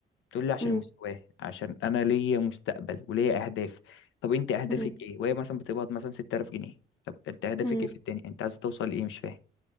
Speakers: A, on the left; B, on the left.
A: تقول لي عشان
B: مم.
A: مستواه عشان انا ليا مستقبل وليا اهداف طب انت اهدافك
B: مم.
A: ايه وهي مثلا بتقبض مثلا 6000 جنيه طب انت اهدافك
B: مم.
A: ايه في الدنيا انت عايز توصل لايه مش فاهم